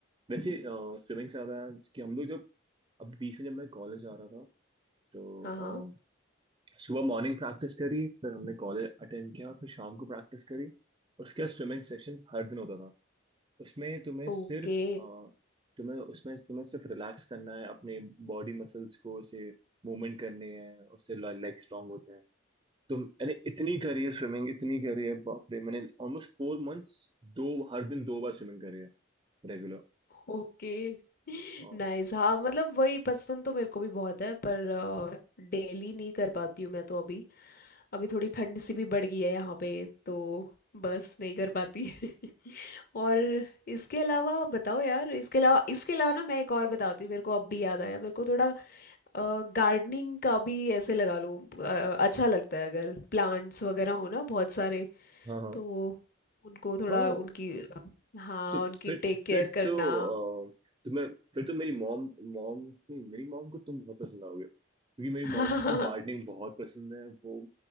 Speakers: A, on the right (about 25°); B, on the left (about 45°).
A: वैसे स्विमिंग से ज्यादा कि हम लोग जब अब बीच में जब मैं कॉलेज आ रहा था तो
B: हाँ हाँ
A: अ, सुबह मॉर्निंग प्रैक्टिस करी फिर हमने कॉलेज अटेंड किया फिर शाम को प्रैक्टिस करी उसके बाद स्विमिंग सेशन हर दिन होता था उसमें तुम्हें सिर्फ
B: Okay
A: अ, तुम्हें उसमें तुम्हें सिर्फ रिलैक्स करना है अपने बॉडी मसल्स को उसे मूवमेंट करने हैं उससे लेग स्ट्रांग होते हैं तुम यानी इतनी करी है स्विमिंग इतनी करी है बाप रे मैंने ऑलमोस्ट फोर मंथ्स दो हर दिन दो बार स्विमिंग करी है रेगुलर
B: okay
A: हाँ
B: नाइस हाँ मतलब वही पसंद तो मेरे को भी बहुत है पर डेली नहीं कर पाती हूँ मैं तो अभी अभी थोड़ी ठंड सी भी बढ़ गई है यहाँ पे तो बस नहीं कर पाती <laughs> और इसके अलावा बताओ यार इसके अलावा इसके अलावा ना मैं एक और बताती हूँ मेरे को अब भी याद आया मेरे को थोड़ा गार्डनिंग का भी ऐसे लगा लो अ, अच्छा लगता है अगर प्लांट्स वगैरह हो ना बहुत सारे
A: हाँ
B: तो उनको थोड़ा
A: हाँ
B: उनकी हाँ
A: तो
B: उनकी
A: फिर
B: टेक केयर
A: फिर
B: करना
A: तो अ, तुम्हें फिर तो मेरी मॉम मॉम नहीं, मेरी मॉम को तुम बहुत पसंद आओगे क्योंकि मेरी
B: <laughs>
A: मॉम को गार्डनिंग बहुत पसंद है वो